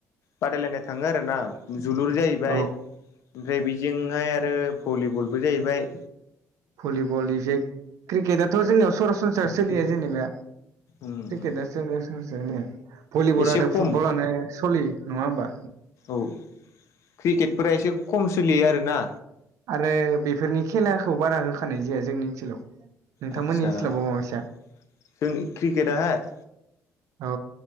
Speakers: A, on the left; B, on the right.
A: बादायलायनाय थाङो आरो ना जोलुर जाहैबाय
B: औ
A: ओमफ्राय बेजोंहाय आरो भलिबलबो जाहैबाय।
B: भलिबल इसे क्रिकेटआथ' जोंनियाव सरासनस्रा सोलिया
A: क्रिकेट
B: जेनेबा
A: उम
B: क्रिकेटआ
A: उम
B: <unintelligible> भलिबलानो
A: एसे खम
B: फुटबलानो सोलियो नङा होमबा?
A: औ क्रिकेटफोरा एसे खम सोलियो आरोना।
B: आरो बेफोरनि खेलाखौ बारा होखानाय जाया जोंनि ओनसोलाव। नोंथांमोननि
A: आचसा
B: ओनसोलाव माबायसा
A: <inaudible> जोंनि क्रिकेटाहा <inaudible>
B: औ